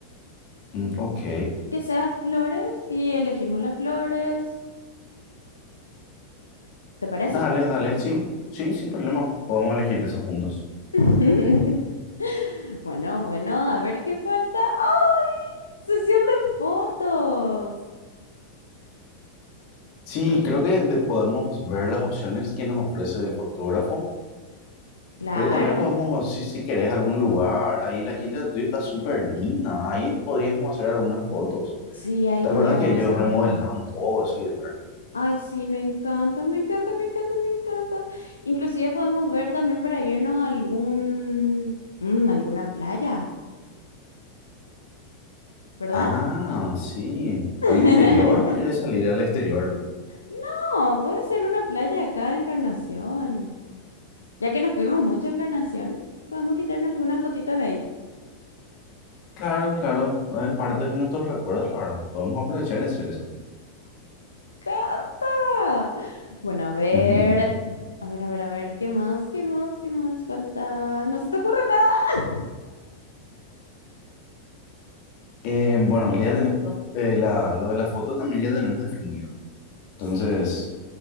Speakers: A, on the left; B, on the left.
A: Mm, ok.
B: Que sea flores y elegimos las flores. ¿Te parece?
A: Dale, dale. Sí, sí, sin problema. Podemos elegir eso juntos.
B: <laughs> Bueno, bueno, a ver qué falta. ¡Ay! Sesión de fotos.
A: Sí, creo que de- podemos ver las opciones que nos ofrece el fotógrafo,
B: Claro.
A: pero también podemos, si, si querés algún lugar, ahí la Quinta de Tuyo está súper linda, ahí podríamos hacer algunas fotos.
B: Sí, ahí
A: ¿Te
B: podríamos
A: acuerdas que ellos
B: hacer una
A: remodelaron
B: foto.
A: todo ese lugar?
B: Ay, sí, me encanta, me encanta, me encanta, me encanta. Inclusive podemos ver también para irnos a algún, mm, alguna playa, ¿verdad?
A: Ah, sí.
B: <laughs>
A: ¿Al interior o querés salir al exterior luego?
B: No, puede ser una playa acá de Encarnación. Ya que nos fuimos mucho a Encarnación, podemos quitarnos algunas fotitos ahí.
A: Claro, claro, es parte de nuestros recuerdos, la verdad. Podemos aprovechar y hacer eso.
B: encanta. Bueno, a ver,
A: <laughs>
B: a ver, a ver, a ver, ¿qué más? ¿Qué más? ¿Qué más falta? No se te ocurre nada.
A: Eh, bueno, ya tenemos la fo- eh, la- lo de la foto, también ya tenemos definido. Entonces,
B: Sí,